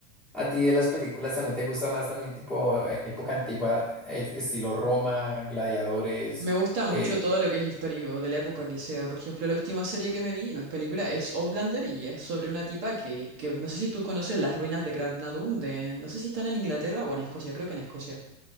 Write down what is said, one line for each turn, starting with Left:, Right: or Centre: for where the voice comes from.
Centre: ¿A ti de las películas también te gusta más también tipo eh, época antigua, eh, estilo Roma, gladiadores?
Right: Me gusta
Centre: eh,
Right: mucho todo lo que es histórico, de la época que sea. Por ejemplo, la última serie que me vi, no es película, es Outlander y es sobre una tipa que, que no sé si tú conoces las ruinas de Craignadoon, de, no sé si están en Inglaterra o en Escocia, creo que en Escocia.